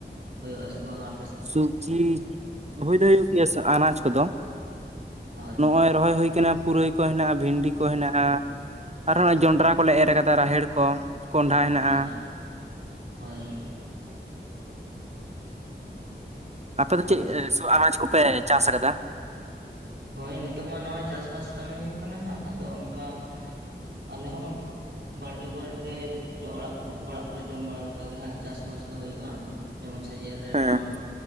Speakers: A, on the right; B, on the right.
A: ᱦᱩᱭᱩᱜᱼᱟ ᱥᱮ ᱵᱟᱝᱟ?
B: ᱥᱚᱵᱽᱡᱤ ᱦᱩᱭ ᱫᱚ ᱦᱩᱭᱩᱜ ᱜᱮᱭᱟ ᱥᱮ ᱟᱱᱟᱡ ᱠᱚᱫᱚ
A: ᱦᱳᱭ
B: ᱱᱚᱜᱼᱚᱭ ᱨᱚᱦᱚᱭ ᱦᱩᱭ ᱟᱠᱟᱱᱟ ᱯᱩᱨᱟᱹᱭ ᱠᱚ ᱦᱮᱱᱟᱜᱼᱟ ᱵᱷᱤᱱᱰᱤ ᱠᱚ ᱦᱮᱱᱟᱜᱼᱟ ᱟᱨᱦᱚᱸ ᱡᱚᱸᱰᱨᱟ ᱠᱚᱞᱮ ᱮᱨ ᱠᱟᱫᱟ ᱨᱟᱦᱮᱲ ᱠᱚ ᱠᱚᱸᱰᱷᱟ ᱦᱮᱱᱟᱜᱼᱟ
A: ᱟᱨ ᱦᱳᱭ
B: ᱟᱯᱮ
A: ᱟᱪᱪᱷᱟ
B: ᱫᱚ ᱪᱮᱫ ᱟᱱᱟᱡ ᱠᱚᱯᱮ ᱪᱟᱥ ᱟᱠᱟᱫᱟ?
A: ᱦᱳᱭ ᱱᱤᱛᱚᱜ ᱢᱟ ᱱᱚᱜᱼᱚᱭ ᱪᱟᱥᱵᱟᱥ ᱠᱟᱹᱢᱤ ᱦᱩᱭᱩᱜ ᱠᱟᱱᱟ ᱦᱟᱸᱜ ᱟᱫᱚ ᱚᱱᱠᱟ ᱟᱞᱮ ᱦᱚᱸ ᱵᱟᱲᱜᱮ ᱠᱚᱨᱮᱫ ᱜᱮ ᱚᱲᱟᱜ ᱚᱲᱟᱜ ᱠᱚᱨᱮ ᱡᱚᱢ ᱵᱟᱲᱟ ᱞᱮᱠᱟᱜ ᱜᱮ ᱦᱟᱸᱜ ᱪᱟᱥᱵᱟᱥ ᱫᱚ ᱦᱩᱭᱩᱜᱼᱟ ᱡᱮᱢᱚᱱ ᱥᱤᱡᱤᱱ ᱨᱮ
B: ᱦᱮᱸ
A: ᱱᱚᱣᱟ